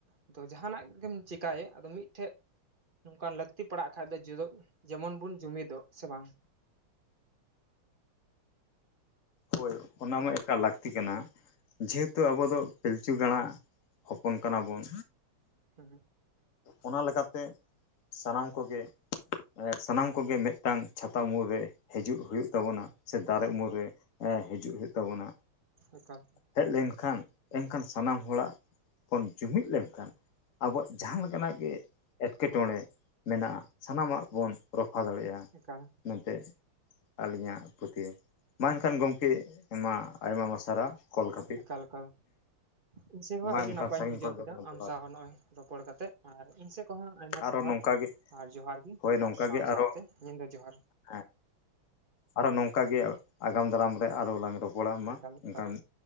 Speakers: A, on the right (about 25°); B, on the left (about 40°).
A: ᱟᱫᱚ ᱡᱟᱦᱟᱸᱱᱼᱟᱜ ᱜᱮᱢ ᱪᱮᱠᱟᱭ ᱟᱫᱚ ᱢᱤᱫᱴᱷᱮᱡᱼᱼ ᱱᱚᱝᱠᱟᱱ ᱞᱟᱹᱠᱛᱤ ᱯᱟᱲᱟᱜ ᱠᱷᱟᱡ ᱫᱚ ᱡᱮᱢᱚᱱ ᱵᱚᱱ ᱡᱩᱢᱤᱫᱼᱚᱜ ᱥᱮ ᱵᱟᱝ᱾
B: ᱦᱳᱭ ᱚᱱᱟᱢᱟ ᱮᱠᱟᱞ ᱞᱟᱹᱠᱛᱤ ᱠᱟᱱᱟ ᱡᱮᱦᱮᱛᱩ ᱟᱵᱚ ᱫᱚ ᱯᱤᱞᱪᱩ ᱜᱟᱲᱟᱼᱼ ᱦᱚᱯᱚᱱ ᱠᱟᱱᱟ ᱵᱚᱱᱼᱼ
A: ᱦᱩᱸ ᱦᱩᱸ
B: ᱚᱱᱟ ᱞᱮᱠᱟᱛᱮ ᱥᱟᱱᱟᱢ ᱠᱚᱜᱮᱼᱼ ᱥᱟᱱᱟᱢ ᱠᱚᱜᱮ ᱢᱤᱫᱴᱟᱝ ᱪᱷᱟᱛᱟ ᱩᱢᱩᱞ ᱨᱮ ᱦᱤᱡᱩᱜ ᱦᱩᱭᱩᱜ ᱛᱟᱵᱚᱱᱟ ᱥᱮ ᱫᱟᱨᱮ ᱩᱢᱩᱞ ᱨᱮᱼᱼ ᱮ ᱦᱤᱡᱩᱜ ᱦᱩᱭᱩᱜ ᱛᱟᱵᱚᱱᱟ
A: ᱮᱠᱟᱞ
B: ᱦᱮᱡ ᱞᱮᱱ ᱠᱷᱟᱱᱼᱼ ᱮᱱᱠᱷᱟᱱ ᱥᱟᱱᱟᱢ ᱦᱚᱲᱟᱜ ᱵᱚᱱ ᱡᱩᱢᱤᱫ ᱞᱮᱱᱠᱷᱟᱱ ᱟᱵᱚᱣᱟᱜ ᱡᱟᱦᱟᱸ ᱞᱮᱠᱟᱱᱼᱟᱜ ᱜᱮᱼᱼ ᱮᱸᱴᱠᱮᱴᱚᱸᱬᱮ ᱢᱮᱱᱟᱜᱼᱟ ᱥᱟᱱᱟᱢᱼᱟᱜ ᱵᱚᱱ ᱨᱚᱯᱷᱟ ᱫᱟᱲᱮᱭᱟᱜᱼᱟ᱾
A: ᱮᱠᱟᱞ᱾
B: ᱢᱮᱱᱛᱮ ᱟᱹᱞᱤᱧᱼᱟᱜ ᱯᱟᱹᱛᱭᱟᱹᱣ᱾ ᱢᱟ ᱮᱱᱠᱷᱟᱱ ᱜᱚᱢᱠᱮ ᱢᱟ ᱟᱭᱢᱟ ᱟᱭᱢᱟ ᱥᱟᱨᱦᱟᱣ ᱠᱚᱞ ᱠᱷᱟᱹᱛᱤᱨ᱾
A: ᱮᱠᱟᱞ ᱮᱠᱟᱞ ᱤᱧ ᱥᱮᱫ ᱦᱚᱸ
B: ᱢᱟ
A: ᱟᱹᱰᱤ
B: ᱮᱱᱠᱷᱟᱱ
A: ᱱᱟᱯᱟᱭᱤᱧ
B: ᱥᱟᱺᱜᱤᱧ
A: ᱵᱩᱡᱷᱟᱹᱣ
B: ᱠᱷᱚᱱ ᱜᱮ
A: ᱠᱮᱫᱟ ᱟᱢ
B: ᱡᱚᱦᱟᱨ
A: ᱥᱟᱶᱟᱦ ᱦᱚᱸ ᱱᱚᱸᱜᱼᱚᱭ ᱨᱚᱯᱚᱲ ᱠᱟᱛᱮᱫ ᱟᱨ ᱤᱧ ᱥᱮᱫ ᱠᱷᱚᱡ ᱦᱚᱸ ᱟᱭᱢᱟ
B: ᱟᱨᱚ
A: ᱥᱟᱨᱦᱟᱣ᱾
B: ᱱᱚᱝᱠᱟ ᱜᱮ
A: ᱟᱨ ᱡᱚᱦᱟᱨ ᱜᱮ
B: ᱦᱳᱭ ᱱᱚᱝᱠᱟ
A: ᱟᱨ ᱥᱟᱶ
B: ᱜᱮ ᱟᱨᱚ
A: ᱥᱟᱶᱛᱮ ᱧᱤᱫᱟᱹ ᱡᱚᱦᱟᱨ᱾
B: ᱦᱮᱸ ᱟᱨᱚ ᱱᱚᱝᱠᱟ ᱜᱮ ᱟᱜᱟᱢ ᱫᱟᱨᱟᱢ ᱨᱮ ᱟᱨᱚ ᱞᱟᱝ ᱨᱚᱯᱼᱼ ᱢᱟ
A: ᱮᱠᱟᱞ ᱮᱠᱟᱞ
B: ᱮᱱᱠᱷᱟᱱ